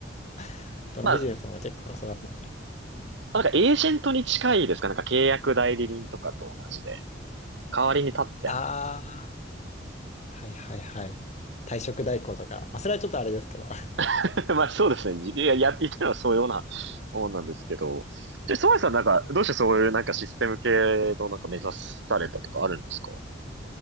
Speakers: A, on the left; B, on the right.
A: <laughs> どのビジネスも結構そうだと思んですよ。
B: まあ、
A: うん
B: なんかエージェントに近いですかなんか契約代理人とかと同じで、代わりに立ってあげる。
A: ああ、はいはいはい。退職代行とか、まあ、それはちょっとあれですけど。<laughs>
B: <laughs> まあそうですね。いや、や、言ってるのはそういうようなもんなんですけど。で、ソワイさんなんか、どうしてそういうなんかシステム系のなんか目指されたとかあるんですか